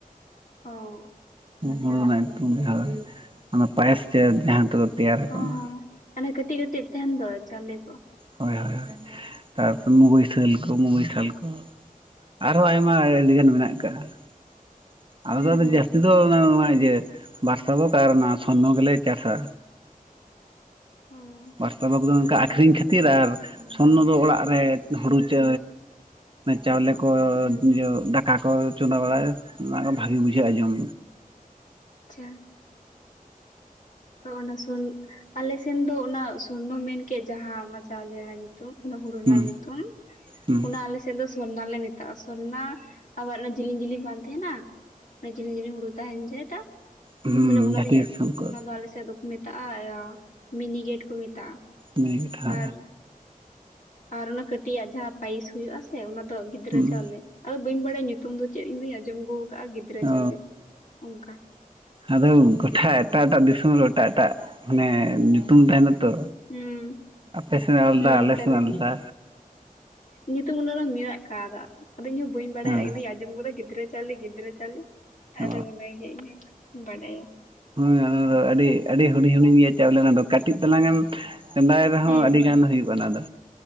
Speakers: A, on the left; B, on the right.
A: ᱚ ᱟᱪᱪᱷᱟ
B: ᱦᱩᱲᱩ ᱨᱮᱱᱟᱜ ᱧᱩᱛᱩᱢᱛᱩ ᱡ ᱦᱭ ᱚᱱᱟ <unintelligible> ᱯᱟᱭᱮᱥ ᱪᱮ ᱡᱟᱦᱟᱸ ᱛᱮᱠᱚ ᱛᱮᱭᱟᱨ ᱟᱠᱟᱱᱟ
A: ᱦᱚᱸ ᱦᱚᱸ ᱚᱱᱮ ᱠᱟᱹᱴᱤᱡ ᱠᱟᱹᱴᱤᱡ ᱛᱟᱦᱮᱱ ᱫᱚ ᱪᱟᱣᱞᱮ ᱠᱚ
B: ᱦᱳᱭ ᱦᱳᱭ ᱛᱟᱨᱯᱚᱨᱮ ᱢᱩᱜᱟᱹᱭ ᱥᱟᱹᱞ ᱠᱚ ᱢᱩᱜᱟᱹᱭ ᱥᱟᱹᱞ ᱠᱚ ᱟᱨᱦᱚᱸ ᱟᱭᱢᱟ ᱟᱹᱰᱤᱜᱟᱱ ᱢᱮᱱᱟᱜ ᱟᱠᱟᱫ-ᱟ
A: ᱦᱩᱸ ᱦᱩᱸ
B: ᱡᱟᱹᱥ ᱟᱞᱮ ᱫᱚ ᱱᱚᱜᱼᱚᱭ ᱡᱮ ᱵᱟᱨᱥᱟ ᱵᱷᱚᱜᱽ ᱟᱨ ᱚᱱᱟ ᱥᱚᱨᱱᱚ ᱜᱮᱞᱮ ᱪᱟᱥᱟ
A: ᱚ
B: ᱵᱟᱥᱛᱟᱵᱽ ᱫᱚ ᱱᱚᱝᱠᱟ ᱟᱠᱷᱨᱤᱧ ᱠᱷᱟᱹᱛᱤᱨ ᱟᱨ ᱥᱚᱨᱱᱚ ᱫᱚ ᱚᱲᱟᱜ ᱨᱮ ᱦᱩᱲᱩ ᱪᱮ ᱪᱟᱣᱞᱮ ᱠᱚ
A: ᱦᱩᱸ
B: ᱫᱟᱠᱟ ᱠᱚ ᱪᱚᱸᱫᱟ ᱵᱟᱲᱟᱭᱟ ᱚᱱᱟ ᱵᱷᱟᱜᱮ ᱵᱩᱡᱷᱟᱹᱜᱼᱟ ᱡᱚᱢ
A: ᱟᱪᱪᱷᱟ ᱛᱚ ᱚᱱᱟ ᱥᱚᱨᱱ ᱟᱞᱮ ᱥᱮᱱ ᱫᱚ ᱚᱱᱟ ᱥᱚᱨᱱᱚ ᱢᱮᱱᱠᱮᱫ ᱡᱟᱦᱟᱸ ᱚᱱᱟ ᱪᱟᱣᱞᱮ ᱨᱮᱱᱟᱜ ᱧᱩᱛᱩᱢ ᱧᱩᱛᱩᱢ ᱚᱱᱟ ᱦᱩᱲᱩ ᱨᱮᱱᱟᱜ
B: ᱦᱩᱸ
A: ᱧᱩᱛᱩᱢ
B: ᱦᱩᱸ
A: ᱚᱱᱟ ᱟᱞᱮᱥᱮᱫ ᱫᱚ ᱥᱚᱨᱱᱟ ᱞᱮ ᱢᱮᱛᱟᱜᱼᱟ ᱥᱚᱨᱱᱟ ᱟᱵᱟᱨ ᱚᱱᱟ ᱡᱮᱞᱮᱧ ᱡᱮᱞᱮᱧ ᱵᱟᱝ ᱛᱟᱦᱮᱸᱱᱟ ᱚᱱᱟ ᱡᱮᱞᱮᱧ ᱡᱮᱞᱮᱧ ᱦᱩᱲᱩ ᱛᱟᱦᱮᱸᱱ ᱡᱮᱴᱟ
B: ᱦᱩᱸ
A: ᱵᱚᱞᱮ ᱚᱱᱟ
B: ᱡᱟᱦᱟᱸ
A: ᱫᱚᱧ
B: ᱛᱤᱥ ᱩᱱᱠᱩ
A: ᱚᱱᱟ ᱫᱚ ᱟᱞᱮ ᱥᱮᱫ ᱫᱚᱠᱚ ᱢᱮᱛᱟᱜᱼᱟ ᱢᱤᱱᱤ ᱜᱮᱴ ᱠᱚ ᱢᱮᱛᱟᱜᱼᱟ
B: ᱢᱤᱱᱤᱜᱮᱴ ᱦᱟ
A: ᱟᱨ ᱟᱨ ᱚᱱᱟ ᱠᱟᱹᱴᱤ ᱡᱟᱜ ᱡᱟᱦᱟᱸ ᱯᱟᱭᱤᱥ ᱦᱩᱭᱩᱜᱼᱟ ᱥᱮ ᱚᱱᱟ ᱫᱚ ᱜᱤᱫᱽᱨᱟᱹ
B: ᱦᱩᱸ
A: ᱪᱟᱣᱞᱮ ᱟᱫᱚ ᱵᱟᱹᱧ ᱵᱟᱲᱟᱭᱟ ᱧᱩᱛᱩᱢ ᱫᱚ ᱪᱮᱫ ᱤᱧ ᱫᱩᱧ ᱟᱸᱡᱚᱢ ᱟᱹᱜᱩ ᱟᱠᱟᱫᱟᱼᱟ ᱜᱤᱫᱽᱨᱟᱹ
B: ᱚ
A: ᱪᱟᱣᱞᱮ ᱚᱱᱠᱟ
B: ᱟᱫᱚ ᱜᱚᱴᱟ ᱮᱴᱟᱜ ᱮᱴᱟᱜ ᱫᱤᱥᱚᱢ ᱨᱮ ᱮᱴᱟᱜ ᱮᱴᱟᱜ ᱢᱟᱱᱮ ᱧᱩᱛᱩᱢ ᱛᱟᱦᱮᱸᱱᱟ ᱛᱚ
A: ᱦᱩᱸ
B: ᱟᱯᱮ ᱥᱮᱱᱟᱜ ᱟᱞᱟᱫᱟ
A: ᱦᱩᱸ
B: ᱟᱞᱮ
A: ᱠᱟᱞᱮ
B: ᱥᱮᱱᱟᱜ ᱟᱞᱟᱫᱟ
A: ᱧᱩᱛᱩᱢ ᱧᱩᱛᱩᱢ ᱚᱱᱟ ᱢᱤᱱᱟᱜ ᱠᱟᱣᱫᱟ ᱟᱫᱚ ᱤᱧ ᱵᱟᱹᱧ ᱵᱟᱲᱟᱭᱟ
B: ᱦᱳᱭ
A: ᱤᱧ ᱫᱩᱧ ᱟᱸᱡᱚᱢ ᱜᱚᱫᱟ ᱜᱤᱫᱽᱨᱟᱹ ᱪᱟᱹᱞᱤ ᱜᱤᱫᱽᱨᱟᱹ ᱪᱟᱹᱞᱤ
B: ᱚ
A: ᱟᱫᱚ ᱚᱱᱟᱜᱮ ᱤᱧ ᱦᱚᱸᱧ ᱵᱟᱰᱟᱭᱟ
B: ᱦᱮᱸ ᱚᱱᱟ ᱫᱚ ᱟᱹᱰᱤ ᱟᱹᱰᱤ ᱦᱩᱰᱤᱧ ᱦᱩᱰᱤᱧ ᱜᱮᱭᱟᱚᱞᱮ ᱚᱱᱟ ᱫᱚ ᱠᱟᱹᱴᱤᱡ ᱛᱟᱞᱟᱝ ᱮᱢ ᱪᱚᱸᱫᱟᱭ ᱨᱮᱦᱚᱸ
A: ᱦᱮᱸ
B: ᱟᱹᱰᱤ ᱜᱟᱱ ᱦᱩᱭᱩᱜᱼᱟ ᱚᱱᱟ ᱫᱚ